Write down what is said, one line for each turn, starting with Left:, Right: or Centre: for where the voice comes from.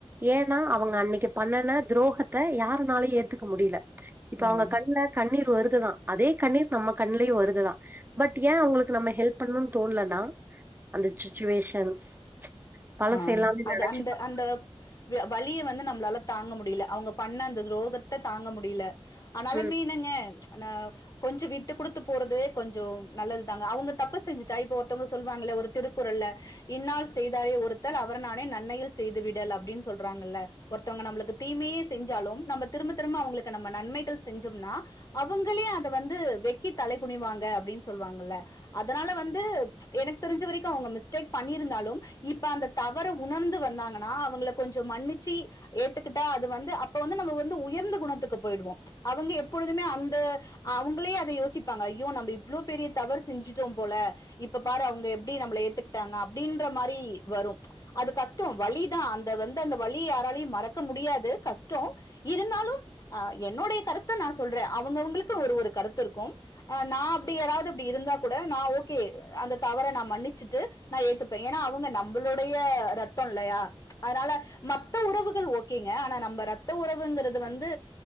Right: ஏன்னா அவங்க அன்னைக்கு பண்ணன துரோகத்த யாருனாலு ஏத்துக்க முடியல இப்ப அவங்க
Left: ம்
Right: கண்ல கண்ணீர் வருதுதா அதே கண்ணீர் நம்ம கண்லயு வருதுதா பட் ஏ உங்களுக்கு நம்ம ஹெல்ப் பண்ணணும்னு தோணலனா அந்த சுச்சுவேஷன்ஸ் பழச
Left: அம்
Right: எல்லாமே
Left: அது
Right: நெனச்சு
Left: அந்த
Right: பாக்
Left: அந்த து வலிய வந்து நம்மளால தாங்க முடியல அவுங்க பண்ண அந்த துரோகத்த தாங்க முடியல அதனாலமே
Right: ம்
Left: நீங்க நா கொஞ்சோ விட்டு குடுத்து போறது கொஞ்சோ நல்லதுதாங்க அவங்க தப்பு செஞ்சுட்டா இப்போ ஒருத்தவங்க சொல்வாங்க இல்ல ஒரு திருக்குறள்ல இன்னார் செய்தாரே ஒரு த்தல் அவர் நாண நன்னயல் செய்து விடல் அப்டின் சொல்றாங்கல்ல ஒருத்தவங்க நம்மளுக்கு தீமையே செஞ்சாலும் நம்ம திரும்ப திரும்ப அவுங்களுக்கு நம்ம நன்மைகள் செஞ்சோம்னா அவங்களே அத வந்து வெக்கி தலை குனிவாங்க அப்டின்னு சொல்வாங்கல்ல அதனால வந்து எனக்கு தெரிஞ்ச வரைக்கு அவுங்க மிஸ்டேக் பண்ணிருந்தாலு இப்ப அந்த தவற உணர்ந்து வந்தாங்கன்னா அவங்கள கொஞ்ச மன்னிச்சி ஏத்துக்கிட்டா அது வந்து அப்ப வந்து நம்ம வந்து உயர்ந்த குணத்துக்கு போயிடுவோ அவங்க எப்பொழுதுமே அந்த அவுங்களே அத யோசிப்பாங்க ஐயோ நம்ம இவ்ளோ பெரிய தவறு செஞ்சுட்டோ போல இப்ப பாரு அவங்க எப்டி நம்மள ஏத்துக்கிட்டாங்க அப்டின்ற மாரி வரு அது கஷ்டோ வலிதா அந்த வந்து அந்த வலிய யாராலயு மறக்க முடியாது கஷ்டோ இருந்தாலு ஆ என்னுடைய கருத்த நா சொல்றே அவங்கவங்களுக்கு ஒரு ஒரு கருத்து இருக்கும் ஆ நா அப்டி யாராவது அப்டி இருந்தா கூட நா ஓகே அந்த தவற நா மன்னிச்சுட்டு நா ஏத்துப்பே ஏன்னா அவுங்க நம்பு ளுடைய ரத்தம் இல்லையா அதனால மத்த உறவுகள் ஓகேங்க ஆனா நம்ம ரத்த உறவுங்கிறது வந்து